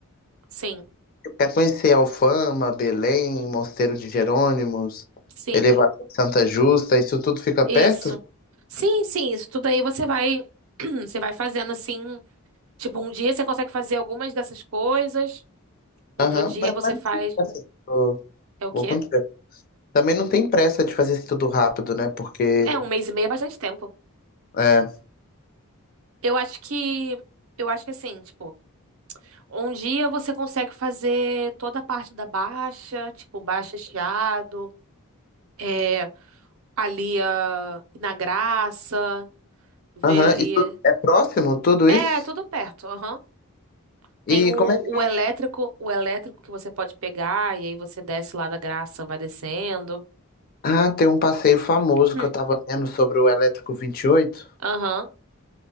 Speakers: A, on the right; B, on the left.
A: Sim.
B: Eu quero conhecer Alfama, Belém, Mosteiro de Jerônimos,
A: Sim.
B: Elevação de Santa Justa, isso tudo fica
A: Isso.
B: perto?
A: Sim, sim, isso tudo aí você vai <clears throat> você vai fazendo assim, tipo, um dia você consegue fazer algumas dessas coisas, outro
B: Aham,
A: dia
B: mas
A: você
B: mas,
A: faz
B: assim, vou,
A: é o quê?
B: vou com tempo. Também não tem pressa de fazer isso tudo rápido, né? Porque,
A: É um mês e meio, é bastante tempo.
B: é,
A: Eu acho que eu acho que assim, tipo, um dia você consegue fazer toda a parte da baixa, tipo, baixa Chiado, É, ali a- na Graça, ver
B: aham,
A: ali.
B: isso
A: É,
B: é próximo, tudo
A: é
B: isso?
A: tudo perto, aham. Tem
B: E
A: o,
B: como é que. eu-
A: o elétrico, o elétrico que você pode pegar, e aí você desce lá da Graça, vai descendo.
B: Ah, tem um passeio famoso
A: Uhum.
B: que eu tava lendo sobre o Elétrico 28.
A: Aham.